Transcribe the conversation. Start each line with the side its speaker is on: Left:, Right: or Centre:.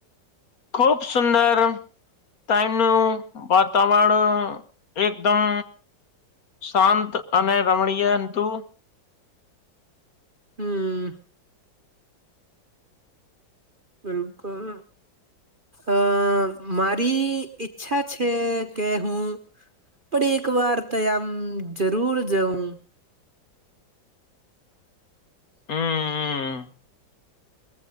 Left: ખુબ સુંદર <unintelligible> નું વાતાવરણ એકદમ શાંત અને રમણીય અનતું
Right: હમ બિલકુલ અ મારી ઈચ્છા છે કે હું પણ એક વાર તોયામ જરૂર જઉં
Left: હમ હમ